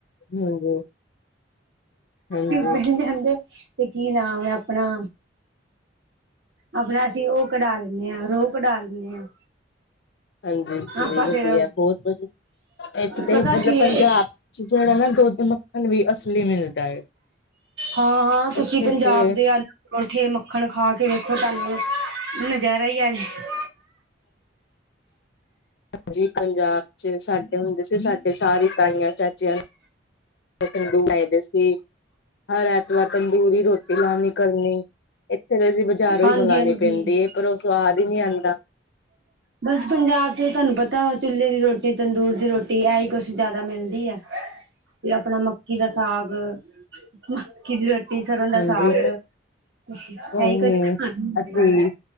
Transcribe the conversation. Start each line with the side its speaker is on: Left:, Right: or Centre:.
Left: ਹਾਂਜੀ ਹਾਂਜੀ
Right: ਇਹ ਤੇ ਕਹਿੰਦੇ ਤੇ ਕੀ ਨਾਮ ਆਪਣਾ। ਆਪਣਾ ਅਸੀਂ ਉਹ ਕਢਾ ਲੈਂਦੇ ਹਾਂ ਰੋਹ ਕਢਾ ਲੈਂਦੇ ਹਾਂ।
Left: ਹਾਂਜੀ ਵੀ
Right: ਆਪਾਂ ਫੇਰ
Left: ਹੈ ਬਹੁਤ ਵਧੀਆ ਇੱਕ ਤੇ
Right: ਪਤਾ
Left: ਮਤਲਬ
Right: ਕੀ
Left: ਪੰਜਾਬ
Right: ਹੈ
Left: ਚ ਜਿਹੜਾ ਨਾ ਦੁੱਧ ਮੱਖਣ ਵੀ ਅਸਲੀ ਮਿਲਦਾ ਹੈ।
Right: ਹਾਂ ਹਾਂ, ਤੁਸੀਂ
Left: ਇੱਥੇ
Right: ਪੰਜਾਬ
Left: ਤੇ
Right: ਦੇ ਆ? ਪਰੋਂਠੇ ਮੱਖਣ ਖਾ ਕੇ ਵੇਖੋ ਤੁਹਾਨੂੰ ਨਜ਼ਾਰਾ ਹੀ ਆਜਾਣਾ।
Left: ਹਾਂਜੀ, ਪੰਜਾਬ 'ਚ ਸਾਡੇ ਹੁੰਦੇ ਸੀ ਸਾਡੇ ਸਾਰੀ ਤਾਈਆਂ ਚਾਚੀਆਂ। ਤੰਦੂਰ ਲਾਈ ਦਾ ਸੀ, ਹਰ ਐਤਵਾਰ ਤੰਦੂੂਰੀ ਰੋਟੀ ਲਾਣੀ ਕਰਨੀ। ਹੂੰ ਬਾਜ਼ਾਰੋਂ
Right: ਹਾਂਜੀ
Left: ਹੀ ਮੰਗਉਣੀ
Right: ਹਾਂਜੀ
Left: ਪੈਂਦੀ ਹੈ ਪਰ ਉਹ ਸੁਵਾਦ ਹੀ ਨਹੀਂ ਆਉਂਦਾ।
Right: ਬਸ ਪੰਜਾਬ ਚ ਤੁਹਾਨੂੰ ਪਤਾ ਵਾ ਚੁੱਲ੍ਹੇ ਦੀ ਰੋਟੀ, ਤੰਦੂਰ ਦੀ ਰੋਟੀ, ਇਹ ਹੀ ਕੁਛ ਜਿਆਦਾ ਮਿਲਦੀ ਆ। ਤੇ ਆਪਣਾ ਮੱਕੀ ਦਾ ਸਾਗ ਮੱਕੀ ਦੀ ਰੋਟੀ। ਸਰੋ ਦਾ
Left: ਹਾਂਜੀ,
Right: ਸਾਗ ਇਹੀ
Left: ਕੋਈ
Right: ਕੁੱਝ
Left: ਨੀ
Right: ਖਾਣਾ
Left: ਅਸੀਂ